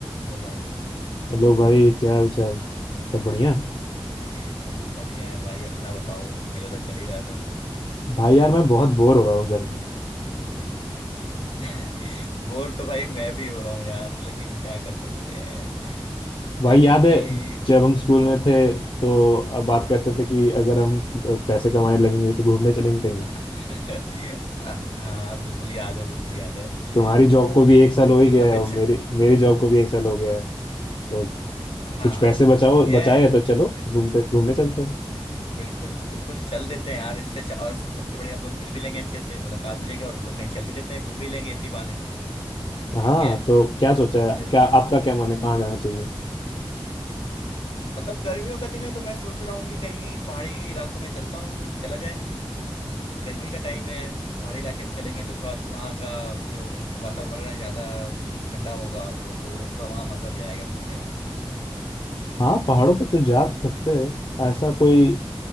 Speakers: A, on the left; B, on the left.
A: लो भाई
B: हेलो भाई क्या हाल चाल सब बढ़िया
A: <laughs> अब बढ़िया है भाई अपना बताओ मेरा तो चल ही रहा है सब
B: भाई यार मैं बहुत बोर हो रहा हूँ घर में
A: <laughs> बोर तो भाई मैं भी हो रहा हूँ यार लेकिन क्या कर सकते हैं
B: भाई
A: एक्चुअली
B: याद है जब हम स्कूल
A: हम
B: में थे तो अब बात करते थे कि अगर हम पैसे कमाने लगेंगे तो घूमने चलेंगे कहीं
A: <laughs> हाँ बिल्कुल याद है बिल्कुल याद है
B: तुम्हारी जॉब
A: आ,
B: को भी एक साल हो ही गया
A: तो
B: है
A: फिर
B: और
A: च-
B: मेरी मेरी जॉब को भी एक साल हो गया है तो
A: हाँ
B: कुछ पैसे
A: वो
B: बचाओ
A: तो गया
B: बचाए
A: है
B: हैं तो चलो
A: तो फिर
B: घूमते घूमने चलते हैं
A: बिल्कुल बिल्कुल चल देते हैं यार इससे अच्छा और सबसे बड़ी हम लोग मिल भी लेंगे अच्छे से मुलाकात भी हो जाएगी और हम लोग कहीं चल भी देते हैं घूम भी लेंगे इसी बहाने ठीक
B: हाँ
A: है
B: तो क्या सोचा
A: तो फिर
B: है क्या आपका क्या मन है कहाँ जाना चाहिए
A: मतलब गर्मियों का दिन है तो मैं सोच रहा हूँ कि कहीं पहाड़ी इलाकों में चलता हूँ चला जाए गर्मी का टाइम है पहाड़ी इलाके में चलेंगे तो थोड़ा वहाँ का जो वातावरण है ज्यादा ठंडा होगा तो हम लोगों को थोड़ा वहाँ मजा भी आएगा घूमने में
B: हाँ पहाड़ों पे तो जा सकते हैं ऐसा कोई